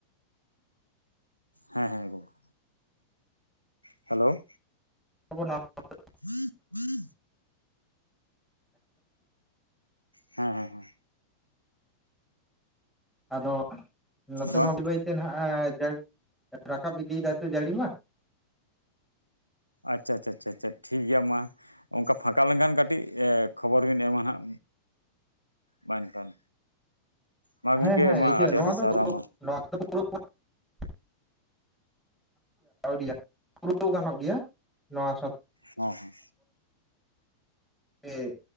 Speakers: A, on the right; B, in the centre.
A: ᱦᱮᱸ ᱦᱮᱸ ᱜᱚᱝᱠᱮ, ᱦᱮᱞᱳ,
B: ᱟᱵᱚ <inaudible>
A: <inaudible> ᱦᱮᱸ ᱦᱮᱸ ᱦᱮᱸ,
B: ᱟᱫᱚ ᱱᱚᱛᱮ
A: ᱵᱟᱝ
B: ᱢᱟ ᱵᱟᱹᱭ ᱵᱟᱹᱭᱛᱮ ᱱᱟᱦᱟᱜ ᱮ ᱡᱟ ᱨᱟᱠᱟᱵ ᱤᱫᱤᱭᱮᱫᱟᱭ ᱛᱚ ᱡᱟᱹᱲᱤ ᱢᱟ,
A: ᱟᱪᱪᱷᱟ ᱪᱷᱟᱷᱟ ᱴᱷᱤᱠ ᱜᱮᱭᱟ ᱢᱟ᱾ ᱚᱱᱠᱟ ᱯᱷᱟᱸᱠᱟ ᱞᱮᱱᱠᱷᱟᱱ ᱠᱟᱹᱴᱤᱡ ᱠᱷᱚᱵᱚᱨ ᱵᱤᱱ ᱮᱢᱟ ᱦᱟᱜ, ᱢᱟ ᱮᱱᱠᱷᱟᱱ ᱢᱟ ᱜᱚᱝᱠᱮ
B: ᱦᱮᱸ ᱦᱮᱸ
A: ᱢᱟ
B: ᱤᱭᱟᱹ
A: ᱟᱹᱰᱤ
B: ᱱᱚᱣᱟ
A: ᱟᱹᱰᱤ
B: ᱫᱚ
A: ᱥᱟᱨᱦᱟᱣ ᱢᱟ᱾
B: <inaudible> <inaudible> ᱯᱩᱨᱟᱹᱣ ᱜᱟᱱᱚᱜ ᱜᱮᱭᱟ ᱱᱚᱣᱟ
A: ᱦᱚ ᱦᱚ,
B: ᱥᱮ,